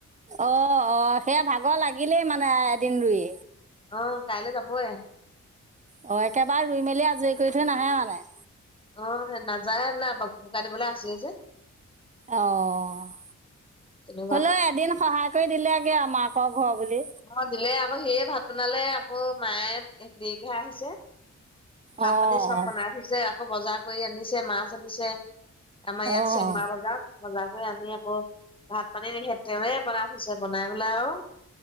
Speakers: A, on the right; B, on the left.
A: অ', অ', সেয়া ভাগৰ লাগিলেই মানে এদিন ৰুই
B: অ', কাইলৈ যাবয়ে।
A: অ', একেবাৰে ৰুই মেলি আজৰি কৰি থৈ নাহে মানে।
B: অ', নাযায় আ নে ভুমকা <unintelligible> দিবলৈ আছে যে
A: অ',
B: তেনেকুৱা
A: হ'লেও এদিন সহায় কৰি দিলেগে আ মাকক ঘৰ বুলি।
B: অ দিলে আকৌ সেয়ে ভাত বনালে আকৌ মায়ে দেৰিকেহে আহিছে ভাত
A: অঁ
B: পানী চব বনাই থৈছে আকৌ বজাৰ কৰি আনিছে মাছ আনিছে আমাৰ ইয়াত
A: অঁ
B: চেংমা বজা বজাৰ কৰি আনি ভাত পানী নিখে তেৱে বনাই থৈছে বনাই পেলাই আৰু